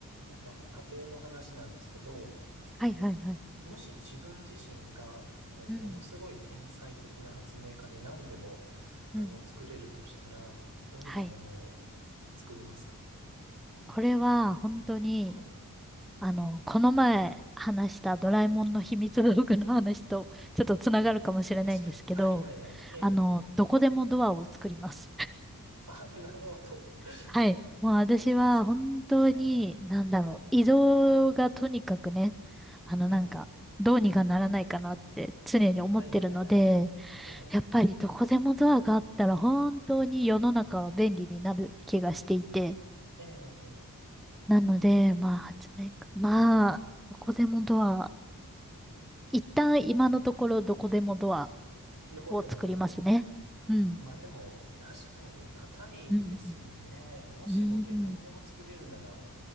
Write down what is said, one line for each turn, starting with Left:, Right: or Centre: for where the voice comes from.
Right: なんか家庭の話なんですけど、
Centre: はいはいはい。
Right: もし自分自身がもうものすごい天才的な発明家で何でもあの作れるとしたら、
Centre: うん。うん。
Right: どんなものを
Centre: はい。
Right: 作りますか
Centre: これは本当に、
Right: はい。
Centre: あの、この前話したドラえもんの秘密道具の話とちょっとつながるかもしれないんですけど、
Right: 確かに。はいはいはい。ええ。
Centre: あの、どこでもドアを作ります。
Right: あ、なるほど。<laughs>
Centre: はい。もう私は本当に、
Right: そうですよね。ええ。
Centre: なんだろう、
Right: はい。
Centre: 移動がとにかくね、あのなんか、
Right: ええ。
Centre: どうにかならないかなって常に思ってるので、
Right: はいはいはい。ええ。
Centre: やっぱりどこでもドアがあったら本当に世の中は便利になる気がしていて、
Right: はい。ええ。ええ
Centre: なので、まあ、発明家、
Right: うんう
Centre: まあ、どこでもドア、一旦今のところどこでもドア
Right: ん。どこでもドアで。
Centre: を作りますね。うん。
Right: まあでも、確かに硬いですよね。
Centre: うん、
Right: もし本当に何でも作れるなら、
Centre: うん、うん。